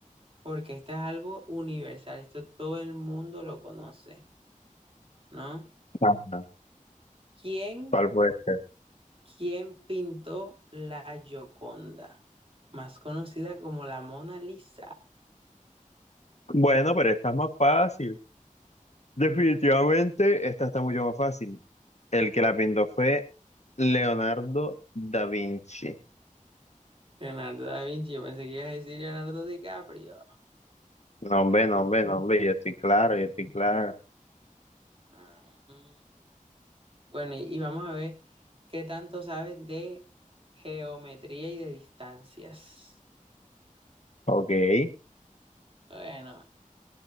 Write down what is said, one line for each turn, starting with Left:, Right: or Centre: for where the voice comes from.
Right: porque esta es algo universal, esto todo el mundo lo conoce, ¿no?
Left: Ajá.
Right: ¿Quién,
Left: ¿Cuál puede ser?
Right: quién pintó la Gioconda, más conocida como la Mona Lisa?
Left: Bueno, pero esta es más fácil. Definitivamente, esta está mucho más fácil. El que la pintó fue Leonardo da Vinci.
Right: Leonardo da Vinci, yo pensé que ibas a decir Leonardo DiCaprio.
Left: No, hombre, no, hombre, no, hombre, yo estoy claro, yo estoy claro.
Right: Ah, mm. Bueno, y, y vamos a ver qué tanto sabes de geometría y de distancias.
Left: Ok, en
Right: Bueno,